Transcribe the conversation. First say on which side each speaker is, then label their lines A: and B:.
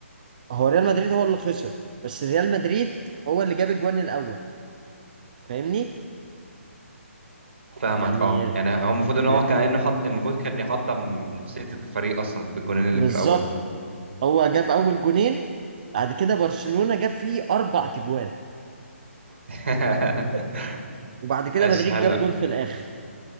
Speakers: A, on the right (about 35°); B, on the right (about 60°).
A: هو ريال مدريد هو اللي خسر بس ريال مدريد هو اللي جاب الجوان الأول فاهمني؟
B: فاهمك
A: يعني
B: اه يعني هو المفروض ان هو
A: ر-
B: كانه حط المفروض كان يحطم نفسيه الفريق اصلا في الجونين اللي
A: بالظبط
B: في الاول ده
A: هو جاب أول جونين بعد كده برشلونة جاب فيه أربع تجوان
B: <laughs>
A: وبعد كده
B: ماشي
A: مدريد
B: حلو
A: جاب جون في الآخر